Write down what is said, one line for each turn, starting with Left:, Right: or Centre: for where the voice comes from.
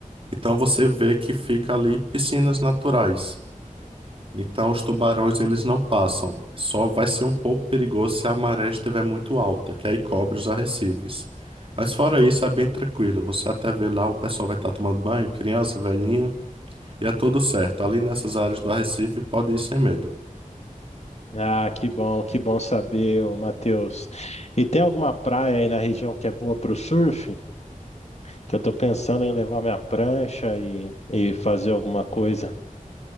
Right: Então você vê que fica ali piscinas naturais. Então os tubarões eles não passam. Só vai ser um pouco perigoso se a maré estiver muito alta, que aí cobre os arrecifes. Mas fora isso é bem tranquilo. Você até vê lá o pessoal vai estar tomando banho, criança, velhinho, e é tudo certo. Ali nessas áreas do arrecife pode ir sem medo.
Left: Ah, que bom, que bom saber, ô, Matheus. E tem alguma praia aí na região que é boa para o surf? que eu tô pensando em levar minha prancha e, e fazer alguma coisa.